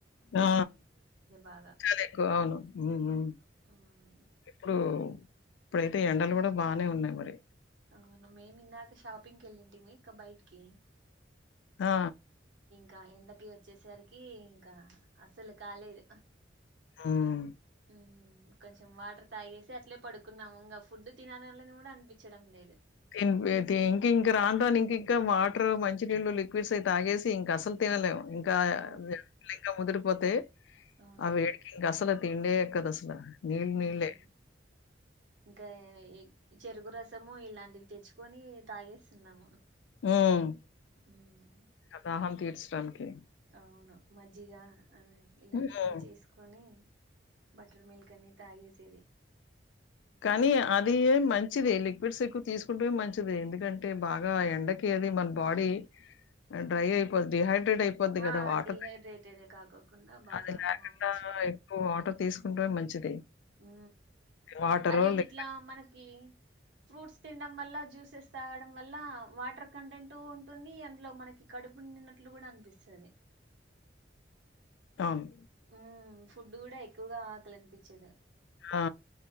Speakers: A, on the left; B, on the right.
A: ఆ
B: బాగా
A: చాలా ఎక్కువ అవును ఊ
B: అవును
A: ఊ
B: ఉమ్.
A: ఇప్పుడు ప్పుడైతే ఎండలు కూడా బానే ఉన్నాయి మరి
B: ఔను మేం ఇందాక షాపింగ్ కి ఎళ్లింటిమి క బైటికి
A: ఆ
B: క ఎండకి వచ్చేసరికి ఇంక అస్సలు కాలేదు
A: హ్మ్.
B: ఉమ్ కొంచం వాటర్ తాగేసి అట్ ట్లే పడుకున్నాము ఇంగ ఫుడ్ తినాలన్లని గుడా అన్పిచ్చడం లేదు
A: కిం గైతే ఇంక్ ఇంకింక రాను రాను ఇంక్ ఇంకా వాటర్ మంచినీళ్లు లిక్విడ్స్ అయి తాగేసి ఇంకా అసలు తినలేము ఇంకా
B: ఓ
A: ఎండలింక ముదిరిపోతే
B: అవును
A: అవి వేడికి ఇంక అసలు తిండే ఎక్కదసల నీళ్ళు
B: ఉయ్
A: నీళ్ళే.
B: ఇంగ చెరుకు రసం సము ఇలాంటివి తెచ్చుకొని తాగేస్తున్నాము
A: ఉమ్
B: ఉమ్,
A: అదాహం తీర్ స్రంకి
B: అవును మజ్జిగ ఆ ఇలాంటివన్నీ
A: హ్మ్.
B: చేసుకొని బటర్ మిల్క్ అన్ని తాగేసేది
A: కానీ అది మంచిది లిక్విడ్స్ ఎక్కువ తీసుకుంటు మంచిది ఎందుకంటే బాగా ఎండకి అది మన బాడీ డ్రై అయిపోద్ది హై డెడ్ అయిపోద్ది కద
B: ఆ
A: వాటర్
B: డిహైడ్రేటెడ్ కాకోకుండా బాగా
A: అది కాకుండా
B: మా మంచిగా
A: ఎక్కువ వాటర్ తీసుకుంటే ఉంటు మంచిది
B: ఉ
A: వాటరో
B: అది
A: లే
B: ఇట్లా మనకి ఫ్రూట్స్ తినడం వల్ల జ్యూసెస్ తాగడం వల్ల వాటర్ కంటెంట్ ఉంటుంది అందులో మనకి కడుపు నిండినట్లు కూడా అనిపిస్తుంది
A: అవును.
B: ఉ ఫుడ్ కూడా ఎకువగా ఆకల అనిపించది
A: ఆ